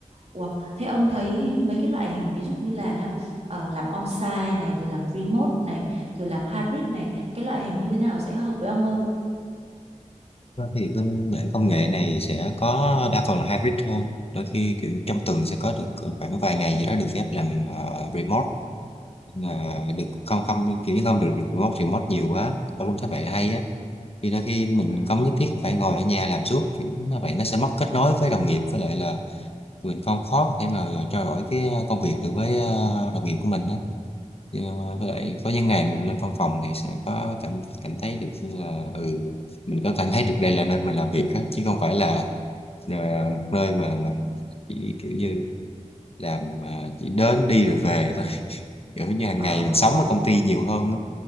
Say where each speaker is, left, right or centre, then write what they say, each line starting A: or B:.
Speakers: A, on the right; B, on the left.
A: Ủa, thế ông thấy mấy cái loại hình ví dụ như là nha ờ, làm on-site này rồi làm remote này rồi làm hybrid này cái loại hình như thế nào sẽ hợp với ông hơn
B: Vâng. thì bên mảng công nghệ này sẽ có đa phần là hybrid hơn đôi khi kiểu trong tuần sẽ có được cỡ khoảng vài ngày gì đó được phép làm ờ, remote Nhưng mà được không không kiểu không được remote remote nhiều quá tôi cũng thấy vậy hay á thì đôi khi mình
A: Ờ,
B: không nhất thiết phải ngồi ở nhà làm suốt kiểu như vậy nó sẽ mất kết nối với đồng nghiệp với lại là mình không khó có thể mà trao đổi cái công việc được với ờ, đồng nghiệp của mình á Thì, ờ, với lại có những ngày mình lên văn phòng thì sẽ có cảm cảm thấy được như là ừ mình có cảm thấy được đây là nơi mình làm việc á chứ không phải là ờ, một nơi mà chỉ kiểu như làm ờ, chỉ đến đi rồi về thôi <laughs> kiểu như hàng
A: ờ,
B: ngày mình
A: cũng
B: sống
A: đúng cũng
B: ở công
A: đúng
B: ty nhiều hơn á